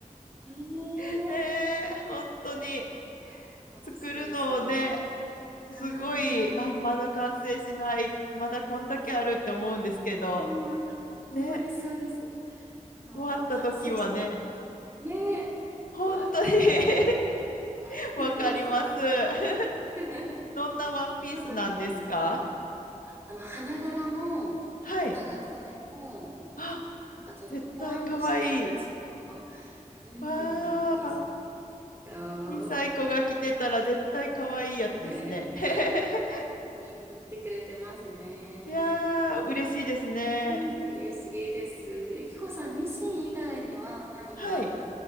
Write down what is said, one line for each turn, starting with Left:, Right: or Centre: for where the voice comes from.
Right: ねえ。
Left: <laughs> ねえ、本当に。
Right: 楽しいですよね。
Left: 作るのをね、すごい、
Right: うーん。
Left: あ、まだ完成しない、まだこんだけあるって思うんですけど、
Right: あーうん、
Left: ね、
Right: そうです、そうです。もう完成して、
Left: 終わった時はね、
Right: ねえ、
Left: 本当に
Right: うわ
Left: <laughs>
Right: ーってなりますよね。
Left: わかります。<laughs>
Right: <laughs>
Left: どんなワンピースなんですか
Right: あと、ゆきこさん、あの、花柄の長袖の、
Left: はい。あ、
Right: なんかちょっとポワンとした形の、
Left: 絶対可愛いい。
Right: うん、
Left: わあ、
Right: ワンピースなんですよ。
Left: 小さい子が着てたら絶対可愛いいやつですね。
Right: <laughs>
Left: <laughs>
Right: いいってきてくれてますね。
Left: いやー、嬉しいですね。
Right: うん、嬉しいです。ゆきこさん、ミシン以外には何か
Left: はい。